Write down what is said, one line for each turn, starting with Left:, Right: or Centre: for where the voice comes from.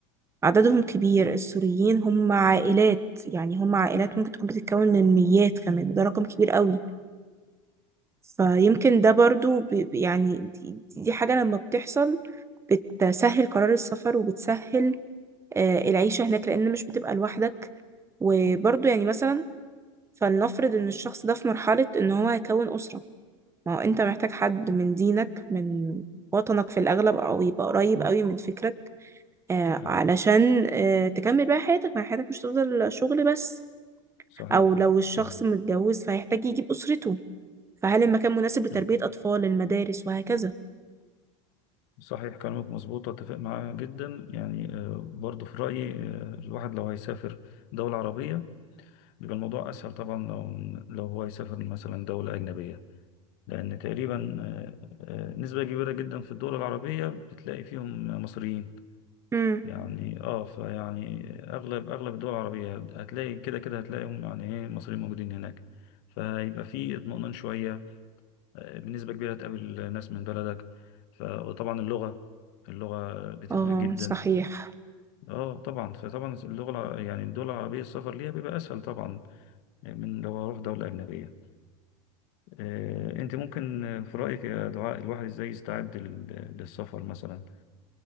Right: عددهم كبير السوريين هم عائلات يعني هم عائلات ممكن تكون بتتكون من ميات كمان ده رقم كبير قوي فيمكن ده برضو بي- يعني دي, دي حاجة لما بتحصل بتسهل قرار السفر وبتسهل آه، العيشة هناك لأن مش بتبقى لوحدك وبرضه يعني مثلا فلنفرض إن الشخص ده في مرحلة إن هو هيكون أسرة ما هو أنت محتاج حد من دينك من وطنك في الأغلب أو يبقى قريب قوي من فكرك آه،
Left: م- أي
Right: علشان آه، تكمل بقى حياتك ما حياتك مش تفضل شغل بس
Left: صحيح
Right: أو لو الشخص
Left: صحيح
Right: متجوز فهيحتاج يجيب أسرته فهل المكان مناسب لتربية
Left: م.
Right: أطفال المدارس وهكذا
Left: صحيح كلامك مظبوط أتفق معاه جدا يعني آه، برضه في رأيي آه، الواحد لو هيسافر دولة عربية بيبقى الموضوع أسهل طبعا لو لو هو يسافر مثلا دولة أجنبية لأن تقريبا آه، آه، نسبة كبيرة جدا في الدول العربية بتلاقي فيهم مصريين
Right: مم.
Left: يعني اه فيعني اغلب اغلب الدول العربية هتلاقي كده كده هتلاقيهم يعني ايه المصريين موجودين هناك فيبقى في اطمئنان شوية آه، بنسبة كبيرة هتقابل ناس من بلدك ف... وطبعا اللغة اللغة بتفرق
Right: اه
Left: جدا
Right: صحيح
Left: اه طبعا فطبعا اللغة الع- يعني الدول العربية السفر ليها بيبقى اسهل طبعا يعني من لو اروح دولة اجنبية آه، انت ممكن آه، في رأيك يا دعاء الواحد ازاي يستعد لل- للسفر مثلا